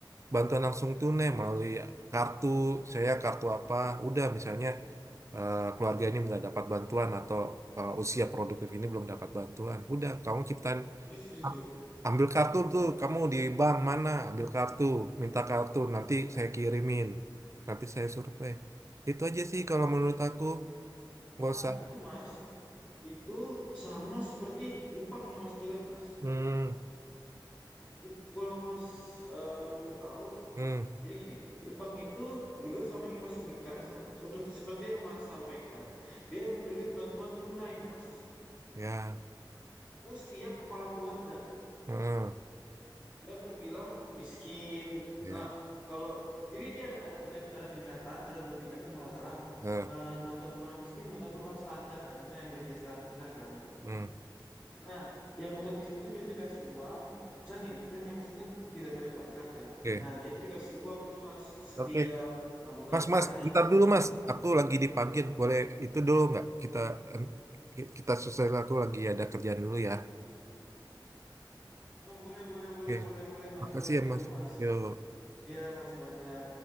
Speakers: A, on the right (about 35°); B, on the left (about 20°).
A: bantuan langsung tunai, melalui kartu, saya kartu apa, udah misalnya eh, keluarga ini nggak dapat bantuan atau eh, usia produktif ini belum dapat bantuan, udah kamu ciptain
B: Iya, setuju, setuju.
A: a- ambil kartu tuh, kamu di bank mana, ambil kartu, minta kartu, nanti saya kirimin, nanti saya survei. Itu aja sih kalau menurut aku, nggak
B: Nah,
A: usah.
B: itu Mas, itu sama seperti Jepang yang Mas bilang, Mas.
A: Hmm,
B: Jep- Kalau Mas eh, belum tahu,
A: hmm.
B: jadi gini, Jepang itu juga sama yang Mas berikan, sama- seperti seperti yang Mas sampaikan. Dia memberikan bantuan tunai, Mas.
A: Ya,
B: Terus setiap kepala keluarga.
A: heeh,
B: yang terbilang miskin.
A: ya,
B: Nah, kalau jadi dia ada ada tiga ada tingkatan, ada dua tingkatan kalau nggak salah.
A: heeh.
B: Eh, bantuan untuk orang miskin, bantuan untuk orang standar kan, maksudnya yang gajinya standar kan.
A: Hmm,
B: Nah, yang bantuan miskin itu biasanya dikasih uang. Misalnya nih, kan yang miskin kan tidak bayar pajak kan.
A: Oke,
B: Nah, dia tuh dikasih uang tuh mas setiap
A: oke,
B: enam bulan
A: Mas,
B: sekali
A: Mas, bentar
B: kalau nggak
A: dulu,
B: salah.
A: Mas. Aku lagi dipanggil, boleh itu dulu nggak? Kita eh, kita selesai, aku lagi ada kerjaan dulu ya.
B: Oh boleh boleh boleh
A: Oke,
B: boleh boleh mas,
A: Makasih
B: boleh mas
A: ya, Mas.
B: boleh mas.
A: Yuk.
B: Iya makasih banyak.